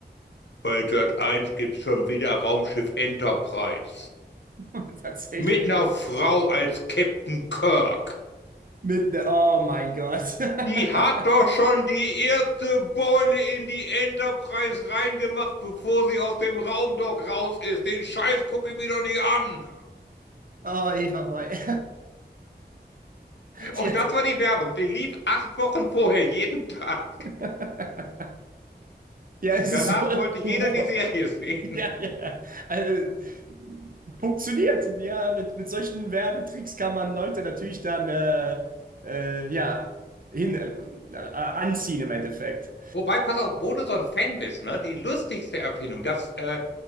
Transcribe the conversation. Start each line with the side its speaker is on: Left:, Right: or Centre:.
Left: bei Sat 1 gibt's schon wieder Raumschiff Enterprise.
Right: <laughs> tatsächlich.
Left: Mit einer Frau als Captain Kirk.
Right: Mit ne Oh mein Gott. <laughs>
Left: Die hat doch schon die erste Beule in die Enterprise reingemacht, bevor sie aus dem Raumdock raus ist. Den Scheiß gucke ich mir doch nicht an.
Right: Oh, Eva Boy. <laughs> Sie
Left: Und
Right: hat-
Left: das war die Werbung. Die lief acht Wochen vorher, jeden Tag.
Right: <laughs> Ja, es
Left: Danach
Right: ist so
Left: wollte jeder
Right: Humor.
Left: die Serie sehen.
Right: <laughs> Ja, ja. Also, funktioniert. Ja, mit, mit solchen Werbetricks kann man Leute natürlich dann äh, äh, ja, hin, äh, anziehen im Endeffekt.
Left: Wobei, pass auf, wo du so ein Fan bist, ne? Die lustigste Erfindung, das, äh,